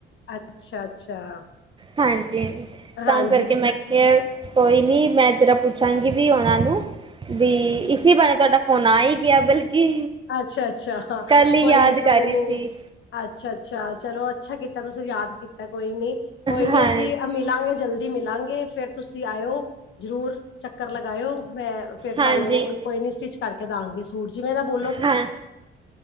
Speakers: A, on the left (about 70°); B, on the right (about 25°).
A: ਅੱਛਾ-ਅੱਛਾ,
B: ਹਾਂਜੀ, ਤਾਂ
A: ਹਾਂਜੀ,
B: ਕਰਕੇ ਮੈਂ ਕਿਹਾ ਕੋਈ ਨੀ, ਮੈਂ ਜਰਾ ਪੁੱਛਾਂਗੀ ਵੀ ਉਨਾਂ ਨੂੰ, ਵੀ ਇਸੀ ਬਾਰੇ ਤੁਹਾਡਾ ਫੋਨ ਆ ਹੀ ਗਿਆ, ਬਲਕਿ
A: ਅੱਛਾ ਅੱਛਾ ਹਾਂ
B: ਕੱਲ ਹੀ
A: ਕੋਈ
B: ਯਾਦ
A: ਨੀ
B: ਕਰ
A: ਕੋਈ
B: ਰਹੀ
A: ਨੀ
B: ਸੀ
A: ਅੱਛਾ- ਅੱਛਾ ਚਲੋ ਅੱਛਾ ਕੀਤਾ ਤੁਸੀਂ ਯਾਦ ਕੀਤਾ ਕੋਈ ਨੀ, ਕੋਈ
B: ਹਾਂ
A: ਨੀ ਅਸੀਂ ਅਮੀ ਮਿਲਾਂਗੇ ਜਲਦੀ ਮਿਲਾਂਗੇ ਫੇਰ ਤੁਸੀਂ ਆਇਓ ਜਰੂਰ ਚੱਕਰ ਲਗਾਇਓ ਮੈਂ ਫੇਰ
B: ਹਾਂਜੀ
A: ਤੁਹਾਨੂੰ ਕੋਈ ਨੀ ਸਟਿਚ ਕਰਕੇ ਦਾਂਗੀ ਸੂਟ ਜਿਵੇੈਂ ਦਾ ਬੌ
B: ਹਾਂ